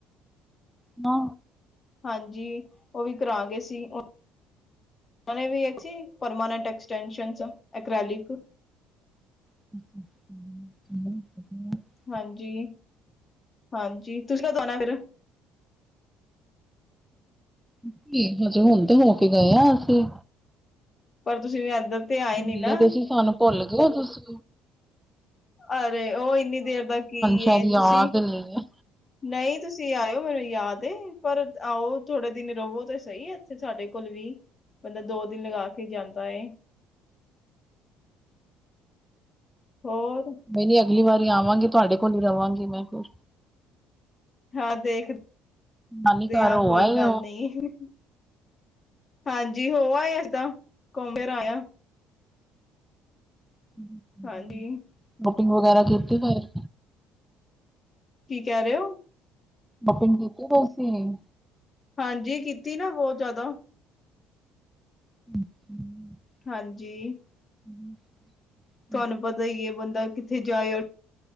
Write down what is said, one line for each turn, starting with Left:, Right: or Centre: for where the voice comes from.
Centre: ਅੱਛਾ।
Left: ਹਾਂਜੀ, ਉਹ ਵੀ ਕਰਾਗੇ ਸੀ, ਉਹਨਾਂ ਨੇ ਵੀ ਪਰਮਾਨੈਂਟ ਐਕ ਐਕਸਟੈਂਸ਼ਨਸ, ਅਕ੍ਰੈਲਿਕ
Centre: <inaudible>
Left: ਹਾਂਜੀ -ਹਾਂਜੀ, ਤੁਸੀਂ ਕਦੋਂ ਆਉਣਾ ਫਿਰ?
Centre: ਅਸੀਂ, ਹਜੇ, ਹੁਣ ਤੇ ਹੋ ਕੇ ਗਏ ਹਾਂ ਅਸੀਂ।
Left: ਪਰ ਤੁਸੀਂ ਵੀ, ਇੱਧਰ ਤੇ ਆਏ ਨੀ
Centre: ਮਿਲੇ
Left: ਨਾ
Centre: ਤੇ ਸੀ। ਸਾਨੂੰ ਭੁੱਲ ਗਏ ਤੁਸੀ
Left: ਅਰੇ ਉਹ ਇੰਨੀ ਦੇਰ ਦਾ ਕੀ
Centre: ਸ਼ਾਇਦ ਯਾਦ
Left: ਤੁਸੀਂ
Centre: ਨੀ ਹੈ
Left: ਨਹੀਂ ਤੁਸੀਂ ਆਇਓ ਮੈਨੂੰ ਯਾਦ ਏ। ਪਰ ਆਓ ਥੋੜੇ ਦਿਨ ਰਵੋ ਤਾਂ ਸਹੀ ਇੱਥੇ। ਤੇ ਸਾਡੇ ਕੋਲ ਵੀ। ਬੰਦਾ ਦੋ ਦਿਨ ਲਗਾ ਕੇ ਜਾਂਦਾ ਏ। ਹੋਰ?
Centre: ਨਹੀਂ-ਨਹੀਂ ਅਗਲੀ ਵਾਰੀ ਆਵਾਂਗੇ। ਤੁਹਾਡੇ ਕੋਲ ਵੀ ਰਵਾਂਗੀ ਮੈਂ ਫਿਰ
Left: ਹਾਂ। ਦੇਖਦੇ
Centre: ਨਾਨੀ ਘਰ
Left: ਹ
Centre: ਹੋ
Left: ਕੋਈ
Centre: ਆਏ
Left: ਗੱਲ
Centre: ਹੋ
Left: ਨੀ। ਹਾਂਜੀ ਹੋ ਆਏ ਅਸੀਂ ਤਾਂ। ਘੁਮ ਫਿਰ ਆਇਆ
Centre: <inaudible>
Left: ਹਾਂਜੀ
Centre: ਸ਼ੋਪਿੰਗ ਵਗੈਰਾ ਕੀਤੀ ਬਾਹਰ
Left: ਕੀ ਕਹਿ ਰਹੇ ਹੋ
Centre: ਸ਼ੋਪਿੰਗ ਕੀਤੀ ਏ, ਵੈਸੀ ਏ।
Left: ਹਾਂਜੀ ਕੀਤੀ ਨਾ ਬਹੁਤ ਜ਼ਿਆਦਾ
Centre: <inaudible>
Left: ਹਾਂਜੀ
Centre: <inaudible>
Left: ਤੁਹਾਨੂੰ ਪਤਾ ਹੀ ਹੈ ਬੰਦਾ ਕਿੱਥੇ ਜਾਏ